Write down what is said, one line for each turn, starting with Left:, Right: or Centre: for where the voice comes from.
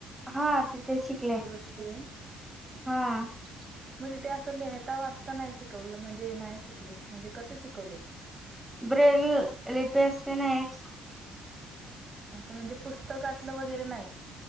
Centre: हा तिथे शिकले
Right: दृष्टी मग
Centre: हा.
Right: तिथे अस लिहत लिहता वाचता नाही शिकवलं, म्हणजे नाही शिकलेस म्हणजे कस शिकवले
Centre: ब्रेल लिपी असते ना एक
Right: असं म्हणजे पुस्तकातलं वगैरे नाही.